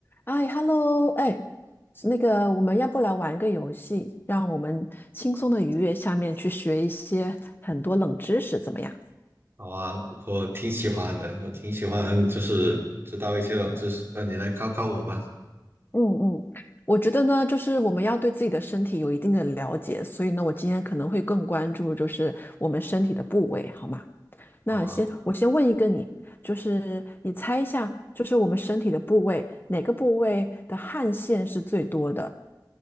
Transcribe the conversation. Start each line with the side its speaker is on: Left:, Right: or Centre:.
Left: 哎，Hello，哎，那个，我们要不来玩个游戏，让我们轻松的愉悦下面去学一些很多冷知识，怎么样？
Right: 好啊，我挺喜欢的，我挺喜欢，就是知道一些冷知识。那你来考考我吧。
Left: 嗯嗯，我觉得呢，就是我们要对自己的身体有一定的了解，所以呢，我今天可能会更关注就是我们身体的部位，好吗？
Right: 好啊，
Left: 那先我先问一个你，就是你猜一下，就是我们身体的部位，哪个部位的汗腺是最多的？